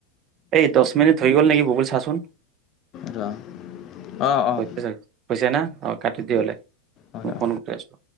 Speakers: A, on the right; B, on the left.
A: এই দহ মিনিট হৈ গ'ল নেকি বুবুল চাচোন?
B: ৰ অ অ
A: হৈছে, হৈছে না অ কাটি দি হ'লে
B: অঁ
A: মই
B: অঁ
A: ফোন কৰি আছো।